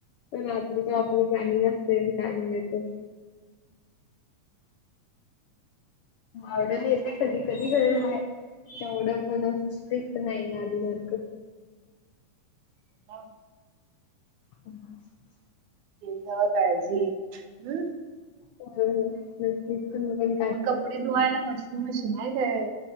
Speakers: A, on the left; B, on the right.
A: रात्री तर आपली प्लॅनिंग असते काय नाहीेत. आवडला येते कधी. कधी कध तेवढं पण स्ट्रिक्ट नाही आधी सारखं.
B: हाव.
A: हम् <inaudible>
B: तिजा काळजी हम्म.
A: हो नक्की <unintelligible> तई
B: मग कपडे धुवायला वॉशिंग मशीन आहे काय